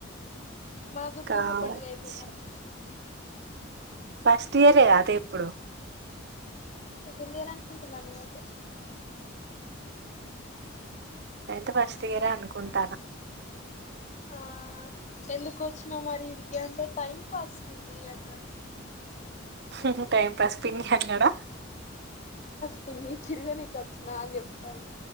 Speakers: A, on the left; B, on the right.
A: మన దుర్గమ్మ
B: కావచ్చు
A: పండుగ అయిపోయిన అప్పుడు
B: ఫస్ట్ ఇయరే అదే ఇప్పుడు
A: సకంది అని అనుకుంటున్నా నేనైతే
B: నేనంత ఫస్గరే అనుకుంటాను
A: ఆ ఎందుకోచ్చిన మరి ఇడికేంట టైం పాస్ పినీ ఆన్టను
B: హా టైం పాస్ పిని అంగడా
A: ప తిరిగా న క అని చెప్తాను